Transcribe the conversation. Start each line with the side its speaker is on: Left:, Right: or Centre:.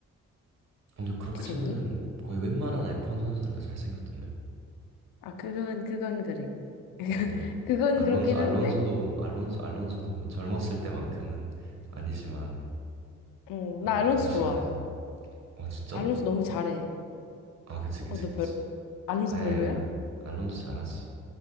Right: 어, 근데 그렇게
Left: 그렇니?
Right: 치면은 거의 웬만한 F1 선수는 다 잘생겼던데.
Left: 아, 그건, 그건 그래. <laughs>
Right: 뭐 올,
Left: 그건
Right: 알론소,
Left: 그렇긴
Right: 알론소도,
Left: 한데,
Right: 알론소, 알론소도 뭐 젊었을 때만큼은 아니지만,
Left: 어,
Right: 아-
Left: 나 알론소
Right: 아저씨가
Left: 좋아.
Right: 돼서. 어, 진짜?
Left: 알론소 너무 잘해.
Right: 아, 그치, 그치,
Left: 어, 너
Right: 그치.
Left: 별, 알론소
Right: 아니,
Left: 별로야?
Right: 아니, 아니. 알론소 잘하지.